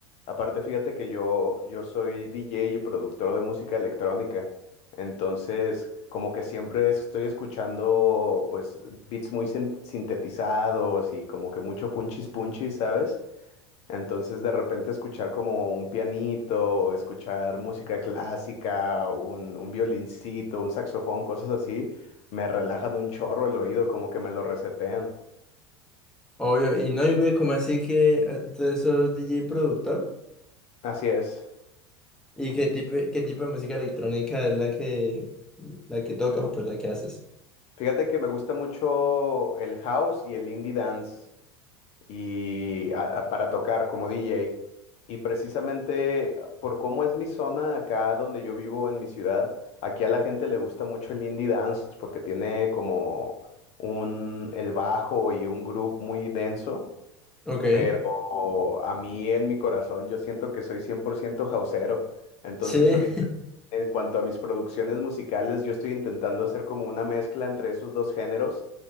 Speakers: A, on the left; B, in the centre.
A: Aparte, fíjate que yo, yo soy DJ y productor de música electrónica, entonces como que siempre estoy escuchando pues beats muy sin- sintetizados y como que mucho punchis punchis, ¿sabes? Entonces, de repente escuchar como un pianito, escuchar música clásica, un, un violincito, un saxofón, cosas así, me relajan un chorro el oído, como que me lo resetean.
B: Obvio, y no, y ve como así que eh, tú sos DJ productor.
A: Así es.
B: ¿Y qué tipo, qué tipo de música electrónica es la que, la que tocas o pues la que haces?
A: Fíjate que me gusta mucho el house y el indie dance. y a- a- para tocar como DJ. Y precisamente ah, por cómo es mi zona acá donde yo vivo en mi ciudad, aquí a la gente le gusta mucho el indie dance porque tiene como un el bajo y un groove muy denso,
B: Ok,
A: pero a mí en mi corazón yo siento que soy 100% houseero. Entonces
B: sí.
A: ahorita
B: <laughs>
A: en cuanto a mis producciones musicales, yo estoy intentando hacer como una mezcla entre esos dos géneros